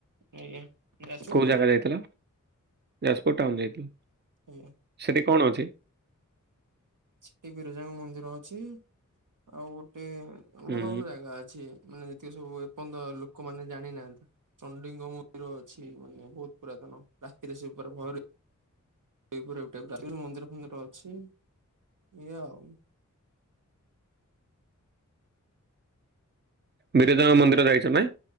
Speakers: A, on the right; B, on the right.
A: ଆଜ୍ଞା ଯାଜପୁର
B: କୋଉ
A: ଟାଉନ
B: ଜାଗା ଯାଇଥିଲ ଯାଜପୁର ଟାଉନ ଯାଇଥିଲ।
A: <inaudible>
B: ସେଠି କଣ ଅଛି?
A: ସେଠି ବିରଜାଙ୍କ ମନ୍ଦିର ଅଛି ଆଉ ଗୋଟେ ଭଲ
B: ହୁଁ
A: ଭଲ ଜାଗା ଅଛି। ମାନେ ଯେତିକି ସବୁ ଏପର୍ଯ୍ୟନ୍ତ ଲୋକମାନେ ଜାଣିନାହାନ୍ତି। ଚଣ୍ଡୀଙ୍କ ମନ୍ଦିର ଅଛି ମାନେ ବହୁତ ପୁରାତନ ରାତିରେ ସେ ଉପରେ ଭୟରେ ସେଇପରି ଟାଇପର ଆଉ କିନ୍ତୁ ମନ୍ଦିର ଫନ୍ଦିର ଅଛି। ଏୟା ଆଉ।
B: ଦିଟାଯାକ ମନ୍ଦିର ଯାଇଛ ନାଇଁ